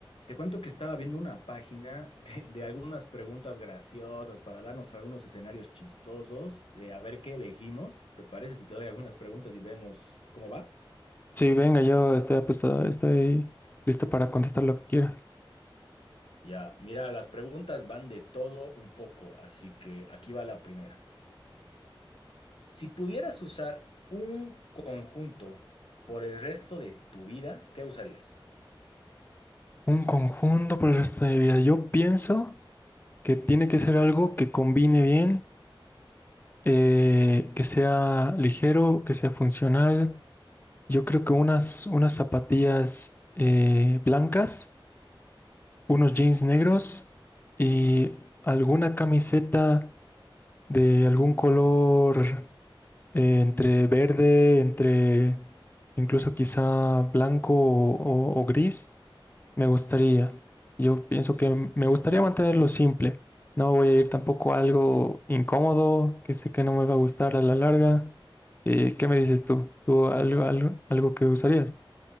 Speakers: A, on the left (about 85°); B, on the left (about 20°).
A: Te cuento que estaba viendo una página <laughs> de, de algunas preguntas graciosas para darnos algunos escenarios chistosos de a ver qué elegimos. ¿Te parece si te doy algunas preguntas y vemos cómo va?
B: Sí, venga, yo estoy apostado, estoy listo para contestar lo que quieras.
A: Ya, mira, las preguntas van de todo un poco, así que aquí va la primera. Si pudieras usar un conjunto por el resto de tu vida, ¿qué usarías?
B: Un conjunto por el resto de mi vida. Yo pienso que tiene que ser algo que combine bien, eh, que sea ligero, que sea funcional. Yo creo que unas, unas zapatillas eh, blancas, unos jeans negros y alguna camiseta de algún color. eh, entre verde, entre incluso quizá blanco o, o- o gris, me gustaría. Yo pienso que me gustaría mantenerlo simple. No voy a ir tampoco a algo incómodo, que sé que no me va a gustar a la larga. Eh, ¿qué me dices tú? ¿Tú algo, algo, algo que usarías?